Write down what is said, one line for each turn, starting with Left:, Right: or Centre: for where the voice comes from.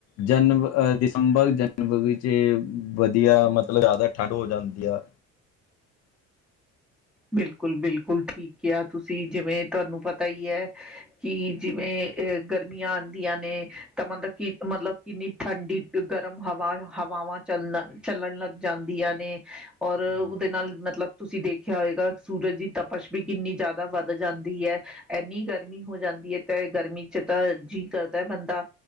Left: ਜਨ, ਦਿਸੰਬਰ, ਜਨਵਰੀ'ਚੇ ਵਧੀਆ, ਮਤਲਬ ਜ਼ਿਆਦਾ ਠੰਡ ਹੋ ਜਾਂਦੀ ਆ।
Centre: ਬਿਲਕੁਲ-ਬਿਲਕੁਲ ਠੀਕ ਕਿਆ ਤੁਸੀ, ਜਿਵੇਂ ਤੁਹਾਨੂੰ ਪਤਾ ਈ ਐ ਕਿ ਜਿਵੇਂ ਅ, ਗਰਮੀਆਂ ਆਂਦੀਆਂ ਨੇ, ਤਾਂ ਮਤਲਬ ਕਿ, ਮਤਲਬ ਕਿੰਨੀ ਠੰਡੀ ਗਰਮ ਹਵਾ, ਹਵਾਵਾਂ ਚੱਲਨ-ਚੱਲਣ ਲੱਗ ਜਾਂਦੀਆਂ ਨੇ, ਔਰ ਉਹਦੇ
Left: ਹਾਂਜੀ।
Centre: ਨਾਲ ਮਤਲਬ ਤੁਸੀਂ ਦੇਖ ਖਿਆ ਹੋਇਗਾ, ਸੂਰਜ ਦੀ ਤਪਸ਼ ਵੀ ਕਿੰਨੀ ਜ਼ਿਆਦਾ ਵੱਧ ਜਾਂਦੀ ਐ। ਐਨੀ ਗਰਮੀ ਹੋ ਜਾਂਦੀ ਏ, ਤੇ ਗਰਮੀ'ਚ ਤਾ ਜੀਅ ਕਰਦਾ ਬੰਦਾ